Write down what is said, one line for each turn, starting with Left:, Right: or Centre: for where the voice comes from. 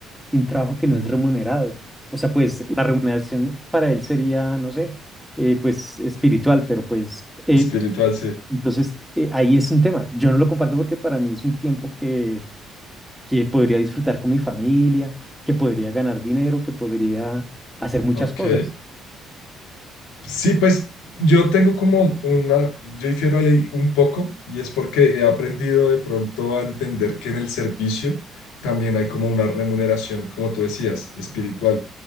Centre: y un trabajo que no
Left: mm,
Centre: es remunerado. O sea, pues la remuneración para él sería, no sé, eh, pues espiritual, pero pues eh,
Left: espiritual, sí,
Centre: entonces eh, ahí es un tema. Yo no lo comparto porque para mí es un tiempo que que podría disfrutar con mi familia, que podría ganar dinero, que podría hacer muchas
Left: ok.
Centre: cosas.
Left: Sí, pues yo tengo como una, yo difiero ahí un poco y es porque he aprendido de pronto a entender que en el servicio también hay como una remuneración, como tú decías, espiritual.